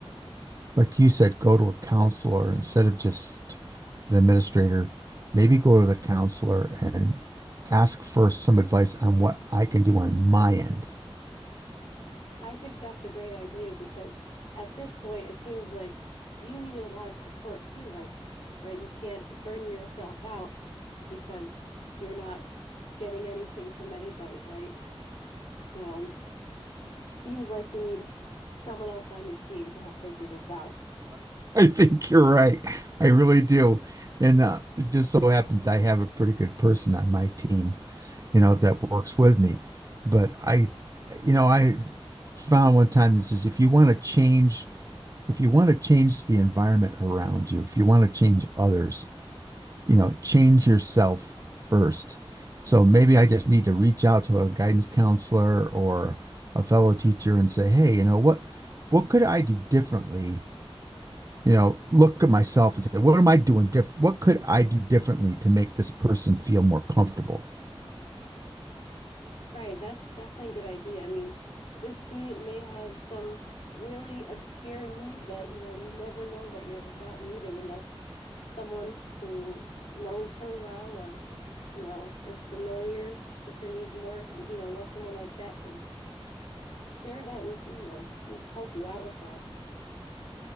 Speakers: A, on the right (about 35°); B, on the left (about 90°).
A: like you said, go to a counselor instead of just an administrator. Maybe go to the counselor and ask for some advice on what I can do on my end
B: I think that's a great idea because at this point, it seems like you need a lot of support too. Like, right, you can't burn yourself out because you're not getting anything from anybody, right? You know, it seems like you need someone else on your team to help figure this out.
A: <laughs> I think you're right. I really do. And uh, it just so happens I have a pretty good person on my team, you know, that works with me. But I, you know, I found one time this is if you want to change, if you want to change the environment around you, if you want to change others, you know, change yourself first. So maybe I just need to reach out to a guidance counselor or a fellow teacher and say, hey, you know, what, what could I do differently? you know, look at myself and say, what am I doing different? What could I do differently to make this person feel more comfortable?
B: Right, that's definitely a good idea. I mean, this student may have some really obscure need that, you know, you never know that you're not meeting unless someone who knows her well or, you know, is familiar with her needs more, you know, unless someone like that can share that with you or just help you out with that.